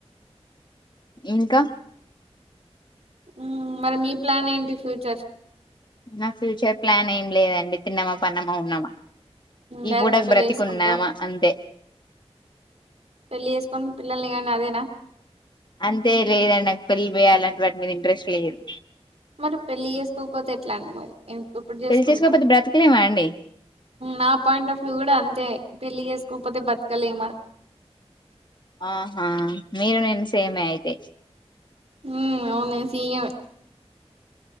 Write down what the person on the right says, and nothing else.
ఆ మరి మీ ప్లాన్ ఏంటి ఫ్యూచర్
డైరెక్ట్
పెళ్లి
చేసుకుంటార
పెళ్లి చేసుకొని పిల్లలు కానీ అదేనా
మరి పెళ్లి చేసుకోకపోతే ఎట్లా అండి మరి ఇం ఇప్పుడు చేసుకుంటావ్
నా పాయింట్ ఆఫ్ వ్యూ కూడా అంతే పెళ్లి చే కోకపోతే బతుక లేమా
ఉ అవును ఏ <unintelligible>